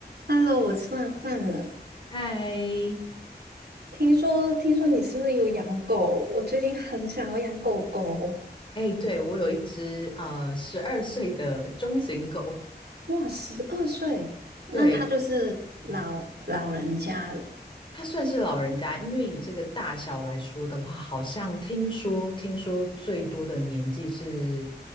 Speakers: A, on the right; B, on the left.
A: Hello，我吃完饭了。
B: 嗨，
A: 听说，听说你是不是有养狗？我最近很想要养狗狗。
B: 哎，对，我有一只呃十二岁的中型狗，
A: 哇，十二岁，那他就是老老人家了。
B: 对，嗯，它算是老人家，因为以这个大小来说的话，好像听说听说最多的年纪是